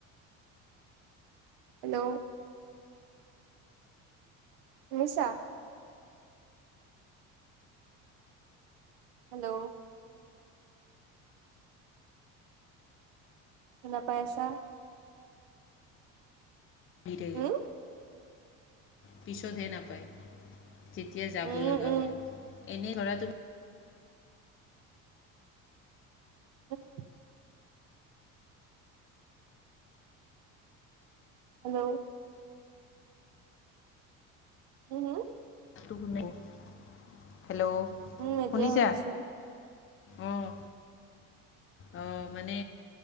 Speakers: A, on the right (about 70°); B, on the left (about 30°).
A: হেল্ল'। শুনিছা? হেল্ল'। শুনা পাই আছা?
B: <unintelligible>
A: উম
B: পিছত হে নাপায়। তেতিয়া যাব
A: উম
B: লগা
A: উম
B: হয়, এনে ধৰা তু
A: <inaudible> হেল্ল। উম হুম?
B: <inaudible> হেল্ল'
A: উম এতিয়া
B: শুনিছা?
A: শুনিছো
B: অঁ অঁ মানে